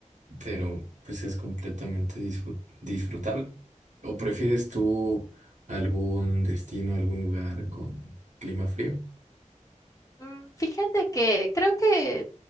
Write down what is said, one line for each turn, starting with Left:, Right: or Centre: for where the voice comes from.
Right: pero pues es completamente disfru- disfrutable. ¿O prefieres tú algún destino, algún lugar con clima frío?
Left: Mm, Fíjate que creo que